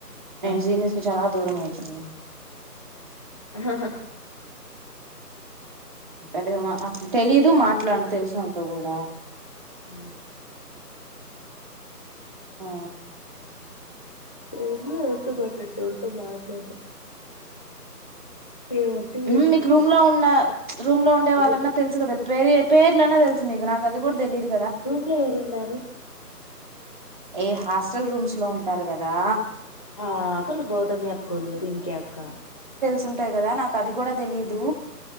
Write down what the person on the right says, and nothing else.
నేను
సీనియస్ కి చాలా దూరం మైతిని
పెద్దగా మా అసలు తెలీదు మాట్లాడను తెలిసినోల్లోతో కూడా
ఆ
హు
నీకు రూమ్ లో ఉన్న రూమ్ లో ఉండే వాళ్ళన్నా
తెలుసు కదా పేర్లున్నా తెలుసు నీకు నాకు అది కూడా తెలియదు
ఏ హాస్టల్ రూమ్స్ లో ఉంటారు కదా
తుంటాయ్ కదా నాకు అది కూడా తెలీదు